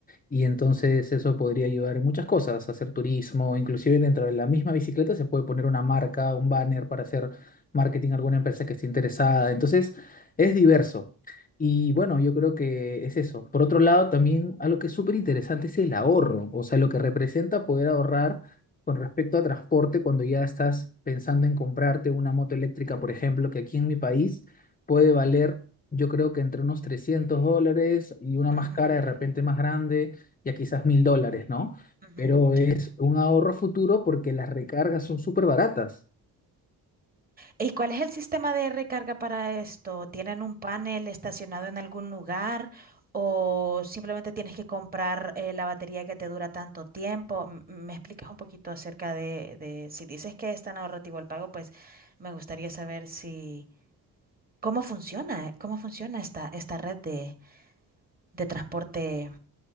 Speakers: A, on the left; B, on the right.
A: y entonces eso podría ayudar en muchas cosas, hacer turismo, inclusive dentro de la misma bicicleta se puede poner una marca, un banner para hacer marketing a alguna empresa que esté interesada, entonces es diverso. Y bueno, yo creo que es eso. Por otro lado, también algo que es súper interesante es el ahorro, o sea, lo que representa poder ahorrar con respecto a transporte cuando ya estás pensando en comprarte una moto eléctrica, por ejemplo, que aquí en mi país puede valer, yo creo que entre unos 300 dólares y una
B: Ujú,
A: más cara de repente más grande ya quizás mil dólares, ¿no?
B: ujú,
A: Pero es
B: sí.
A: un ahorro futuro porque las recargas son súper baratas.
B: ¿Y cuál es el sistema de recarga para esto? ¿Tienen un panel estacionado en algún lugar o simplemente tienes que comprar eh, la batería que te dura tanto tiempo? M- ¿Me explicas un poquito acerca de, de si dices que es tan ahorrativo el pago, pues me gustaría saber si cómo funciona, eh, cómo funciona esta, esta red de, de transporte